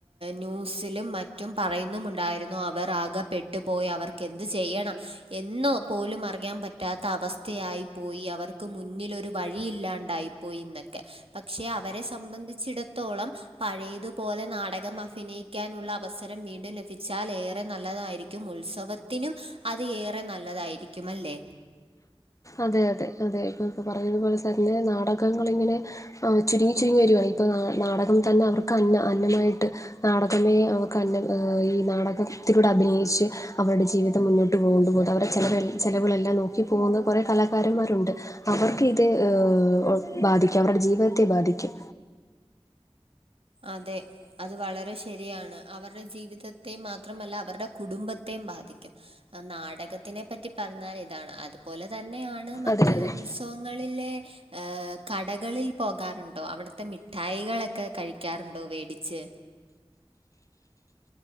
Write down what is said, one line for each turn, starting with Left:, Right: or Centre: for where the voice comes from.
Right: ന്യൂസിലും മറ്റ് റ്റും പറയുന്നുമുണ്ടായിരുന്നു അവർ ആകെ പെട്ടുപോയി അവർക്കെന്ത് ചെയ്യണം എന്ന് പോലും അറിയാൻ പറ്റ റ്റാത്ത അവസ്ഥയായിപ്പോയി അവർക്ക് മുന്നിലൊരു വഴിയില്ലാണ്ടായിപ്പോയിന്നൊക്കെ പക്ഷെ അവരെ സംബന്ധിച്ചിടത്തോളം പഴയത്പോലെ നാടകം അഫിനയിക്കാനുള്ള അ വസരം വീണ്ടും ലഫിച്ചാൽ ഏറെ നല്ലതായിരിക്കും. ഉത്സവത്തിനും അത് ഏറെ നല്ലതായിരി... ക്കുമല്ലേ
Left: അതെ അതെ അതെ ഇപ്പൊ പ്പൊ പറയുന്നത്പോലെ തന്നെ നാടകങ്ങളിങ്ങനെ ആഹ് ചുരുങ്ങി ചുരുങ്ങി വരുകയാ ഇപ്പോ നാട് നാടകം തന്നെ അവർക്ക് അന്നാ. അന്നമായിട്ട് നാടകമേ അവക്ക് അന്ന. ഏഹ് ഈ നാടകത്തിലൂടെ അഭിനയിച്ച് അവര്ടെ ജീവിതം മുന്നോട്ട് പോവ് മ്പം അവരെ ചെലവേറി ചിലവുകളെല്ലാം നോക്കി പോക്ന്നെ കുറെ കലാകാരന്മാരുണ്ട്. അവർക്ക് ഇത് അ് ബാധിക്കും അവരുടെ ജീവിതത്തെ ബാധിക്കും.
Right: അതെ അത് വളരെ ശെരിയാണ് അവരുടെ ജീവിതത്തെ മാത്രമല്ല അവരുടെ കുടുംബത്തെ ബാധിക്കും അ നാടകത്തിനെ പറ്റി പറഞ്ഞാ ഇതാണ് അതുപോലെ തന്നെയാണ് മറ്റ്
Left: അതെ അതെ
Right: ഉത്സവം ങ്ങളിലെ ഏ കടകളിൽ പോകാറുണ്ടോ? അവിട്ത്തെ മിഠായികളൊക്കെ കഴി ക്യാറുണ്ടോ വേടിച്ച്?